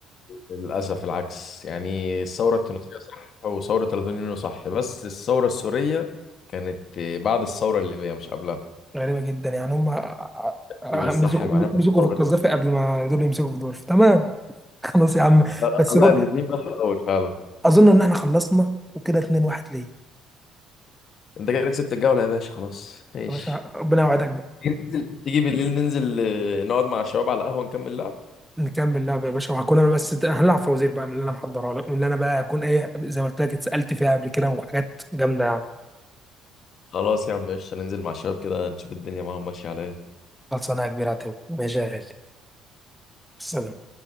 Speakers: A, on the left (about 45°); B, in the centre.
A: للاسف العكس يعني الثوره التونسيه صح وثوره 30 يونيو صح بس الثوره السوريه كانت آه، بعد الثوره الليبيه مش قبلها
B: غريبة جدا يعني هم ع- ع-
A: دي بالصح
B: مسكوا
A: معناها
B: مسكوا
A: الثورة.
B: في القذافي قبل ما دول يمسكوا في دول تمام خلاص يا عم
A: لا
B: بس
A: لا
B: برضه
A: لا، الاتنين بقى في الأول فعلا
B: أظن إن إحنا خلصنا وكده 2 1 ليا
A: أنت كده كسبت الجولة يا باشا خلاص ماشي
B: يا باشا ربنا يوعدك بقى
A: تيجي ننزل- تيجي بالليل ننزل آه، نقعد مع الشباب على القهوة ونكمل لعب
B: نكمل لعبة يا باشا وهكون أنا بس ت- هنلعب فوازير بقى من اللي أنا محضرها لك من اللي أنا بقى هكون إيه زي ما قلت لك اتسألت فيها قبل كده وحاجات جامدة يعني
A: خلاص يا عم قشطة ننزل مع الشباب كده نشوف الدنيا معاهم ماشية على إيه
B: خلصانة يا كبير عتاوي ماشي يا غالي سلام